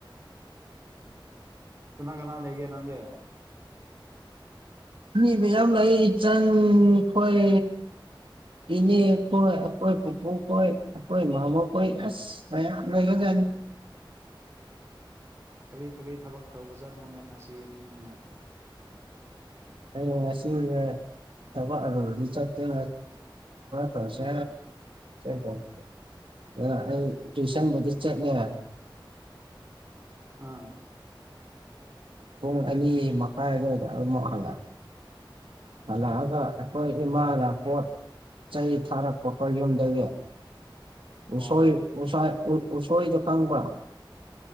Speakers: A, on the right (about 30°); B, on the right (about 80°).
A: ꯀꯅꯥ ꯀꯅꯥ ꯂꯩꯒꯦ ꯅꯪꯒ
B: ꯑꯕ ꯌꯥꯝ ꯂꯥꯛꯏꯆꯪ ꯑꯩꯈꯣꯏ ꯏꯅꯦ ꯀꯣꯏ ꯑꯩꯏ ꯄꯨꯄꯨ ꯀꯣꯏ ꯑꯩꯏ ꯃꯥꯃꯕꯨ ꯀꯣꯏ ꯑꯁ ꯃꯌꯥꯝ ꯂꯒꯖꯅꯤ <inaudible>
A: ꯀꯔꯤ ꯀꯔꯤ ꯊꯕꯛ ꯇꯧꯕ ꯆꯠꯅꯣꯅꯦ ꯉꯁꯤ ꯅꯪꯅ
B: ꯍ ꯊ ꯑꯗꯨꯖꯤ ꯆꯇ ꯇꯧꯁ ꯀꯁ ꯇ꯭ꯌꯨꯁꯟ ꯃꯗꯨ ꯆꯠ ꯂꯩꯦ
A: ꯑꯥ
B: ꯇꯨꯡ ꯑꯅꯤ ꯃꯈꯥꯏꯗ ꯑꯗꯨꯝꯃꯛ ꯍꯜꯂ ꯑꯂꯑꯒ ꯑꯩꯈꯣꯏ ꯏꯃꯥꯅ ꯐꯣꯠ ꯆꯩ ꯊꯥꯔꯛꯄꯈꯣ ꯌꯨꯝꯗꯒꯤ ꯎꯁꯣꯏ
A: ꯑꯣ
B: ꯎꯣꯏ ꯎꯁꯣꯏ ꯇꯀꯥꯅꯕ